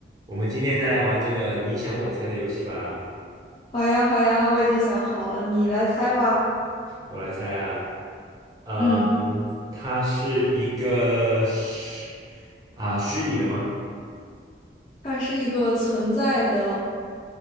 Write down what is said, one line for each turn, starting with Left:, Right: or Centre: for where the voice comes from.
Right: 我们今天再来玩这个你想我猜的游戏吧。
Left: 好呀，好呀，我已经想好了，你来猜吧。
Right: 我来猜啊，呃，
Left: 嗯，
Right: 它是一个虚啊、虚拟的吗？
Left: 它是一个存在的